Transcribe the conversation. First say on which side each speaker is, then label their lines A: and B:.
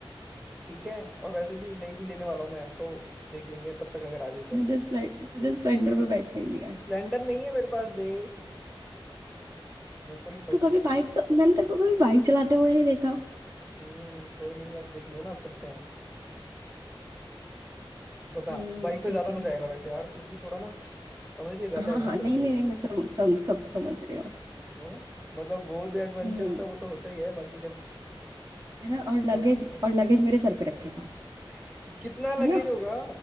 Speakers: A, on the right; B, on the right.
A: ठीक है और वैसे भी नहीं भी लेने वाला हूँ मैं तो देख लेंगे तब तक अगर आ गई
B: मुझे
A: तो
B: स्प्लेंडर मुझे स्प्लेंडर पे बैठना ही नहीं है
A: स्प्लेंडर नहीं है मेरे पास बे मेरे को नहीं पसंद
B: तो कभी
A: स्प्लेंडर
B: बाइक तो मैंने तेरे को कभी बाइक चलाते हुए नहीं देखा
A: हम्म कोई नहीं अब देख लियो ना अब चलते हैं बता
B: हम्म
A: बाइक पे
B: ठीक
A: ज्यादा मजा
B: है
A: आएगा वैसे यार क्योंकि थोड़ा ना समझ रही है ज्यादा
B: हाँ
A: एडवेंचर
B: हाँ नहीं
A: होता
B: नहीं
A: है वहाँ,
B: नहीं मैं सम, सम, सब समझ रही हूँ
A: है ना मतलब वो जो एडवेंचर
B: हम्म
A: होता है वो तो होता ही है बाकी जब
B: है ना और
A: बट
B: लगेज और लगेज मेरे सर पे रखेगा
A: <laughs> कितना लगेज
B: है ना
A: होगा